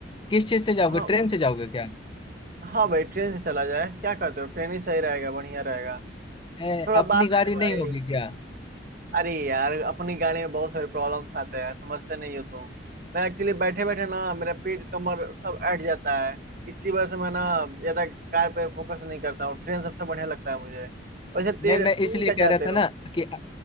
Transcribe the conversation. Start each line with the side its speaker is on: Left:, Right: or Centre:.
Left: किस चीज से जाओगे
Right: हाँ
Left: ट्रेन से जाओगे क्या
Right: हाँ भाई ट्रेन से चला जाए क्या कहते हो ट्रेन ही सही रहेगा बढ़िया रहेगा
Left: ए,
Right: थोड़ा
Left: अपनी
Right: बात है
Left: गाड़ी
Right: ना
Left: नहीं
Right: भाई
Left: होगी क्या
Right: अरे यार अपनी गाड़ी में बहुत सारे प्रॉब्लम्स आते हैं समझते नहीं हो तुम मैं एक्चुअली बैठे बैठे ना मेरा पीठ कमर सब अट जाता है इसी वजह से मैं ना ज्यादा कार पे फोकस नहीं करता हूँ ट्रेन सबसे बढ़िया लगता है मुझे वैसे तेरे
Left: नहीं मैं
Right: तुम
Left: इसलिए
Right: क्या
Left: कह
Right: चाहते
Left: रहा
Right: हो
Left: था ना कि अ-